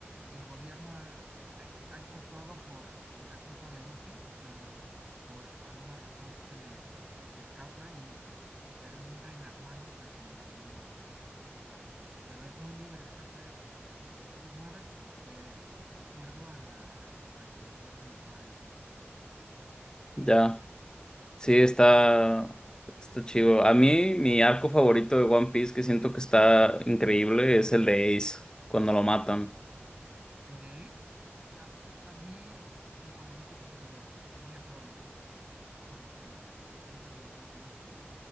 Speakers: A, on the right (about 20°); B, on the left (about 15°).
A: el gobierno ha, ha- ha hecho todo por la fruta de Luffy, pero por alguna razón se le escapa y, y termina en las manos de quien la tiene que usar. Pero es muy libre, o sea, es- se mueve de acuerdo a la imaginación del usuario.
B: Ya. Sí, está
A: Altera la...
B: está chido.
A: es
B: A mí mi arco favorito
A: chido.
B: de One Piece que siento que está increíble es el de Ace cuando lo matan.
A: El de Ace, a, a mí mi favorito es el de Enies Lobby, cuando se enfrenta con Rob Lucci